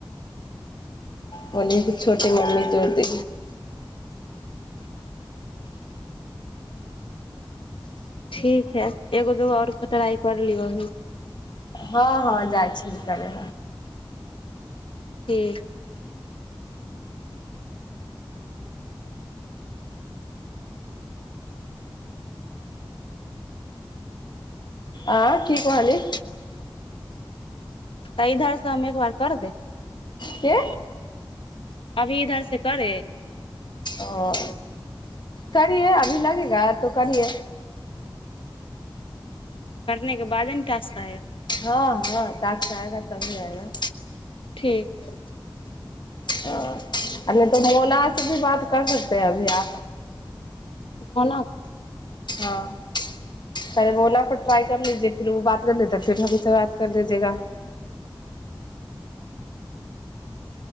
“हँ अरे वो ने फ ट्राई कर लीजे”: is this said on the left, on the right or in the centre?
Left